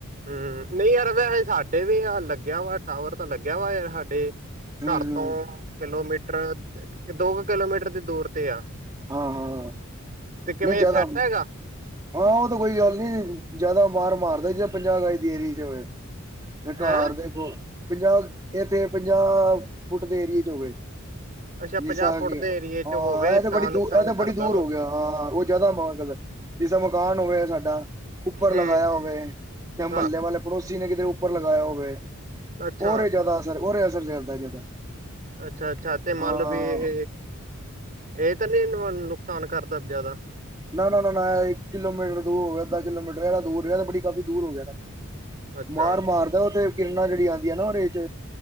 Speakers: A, on the right; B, on the right.
A: ਹੂੰ ਨਹੀਂ ਯਾਰ ਵੈਸੇ ਸਾ, ਡੇ ਵੀ ਆਹ ਲੱਗਿਆ ਵਾ ਟਾਵਰ ਤਾਂ ਲੱਗਿਆ ਵਾ ਯਾਰ ਸਾਡੇ
B: ਹੂੰ
A: ਘਰ ਤੋਂ,
B: ਹੂੰ
A: ਕਿਲੋਮੀਟਰ, ਦੋ ਕੁ ਕਿਲੋਮੀਟਰ ਦੀ ਦੂਰ ਤੇ ਆ।
B: ਹਾਂ, ਹਾਂ।
A: ਤੇ ਕਿਵੇਂ,
B: ਨਹੀਂ ਜ਼ਿਆਦਾ
A: ਸੈੱਟ ਹੈਗਾ?
B: ਹਾਂ ਉਹ ਤਾਂ ਕੋਈ ਗੱਲ ਨੀ, ਜਿਆਦਾ ਮਾਰ ਮਾਰਦਾ, ਜੇ ਪੰਜਾਹ ਗਜ ਦੇ ਏਰੀਏ 'ਚ ਹੋਵੇ। ਘਰ
A: ਹੈਂ
B: ਦੇ ਕੋਲ, ਪੰਜਾਹ ਇੱਥੇ ਪੰਜਾਹ, ਫੁੱਟ ਦੇ ਏਰੀਏ 'ਚ ਹੋਵੇ।
A: ਅੱਛਾ
B: ਜਿਸ
A: ਪੰਜਾਹ
B: ਤਰ੍ਹਾਂ
A: ਫੁੱਟ
B: ਕਿ,
A: ਦੇ ਏਰੀਏ
B: ਹਾਂ
A: ਚ ਹੋਵੇ
B: ਇਹ ਤਾਂ ਬੜੀ ਦ,
A: ਨੁਕਸਾਨ
B: ਇਹ ਤਾਂ ਬੜੀ
A: ਕਰਦਾ
B: ਦੂਰ
A: ਵਾ
B: ਹੋ ਗਿਆ, ਹਾਂ ਉਹ ਜ਼ਿਆਦਾ ਮਾਰ ਕਰਦਾ। ਜਿਸ ਤਰ੍ਹਾਂ ਮਕਾਨ ਹੋਵੇ ਸਾਡਾ, ਉੱਪਰ
A: ਹੂੰ
B: ਲਗਾਇਆ ਹੋਵੇ ਜਾਂ ਮਹੱਲੇ
A: ਹਾਂ
B: ਵਾਲੇ ਪੜੋਸੀ ਨੇ, ਕਿਤੇ ਉੱਪਰ ਲਗਾਇਆ ਹੋਵੇ
A: ਅੱਛਾ।
B: ਉਹਰੇ ਜ਼ਿਆਦਾ ਅਸਰ, ਉਰੇ ਅਸਰ ਚੱਲਦਾ ਜ਼ਿਆਦਾ।
A: ਅੱਛਾ-ਅੱਛਾ, ਤੇ ਮਤਲਬ
B: ਹਾਂ
A: ਇਹ ਇਹ ਤਾਂ ਨੀ, ਨੁਕਸਾਨ ਕਰਦਾ ਜ਼ਿਆਦਾ?
B: ਨਾ, ਨਾ, ਨਾ ਇੱਕ ਕਿਲੋਮੀਟਰ ਦੂਰ ਹੋ ਗਿਆ, ਅੱਧਾ ਕਿਲੋਮੀਟਰ ਦੂਰ ਰਿਹਾ, ਬੜੀ- ਕਾਫੀ ਦੂਰ ਹੋ ਗਿਆ ਨਾ।
A: ਅੱਛਾ
B: ਮਾਰ ਮਾਰਦਾ ਉੱਥੇ, ਕਿਰਨਾਂ ਜਿਹੜੀ ਆਦੀਆਂ ਨਾ ਉਹਦੇ 'ਚ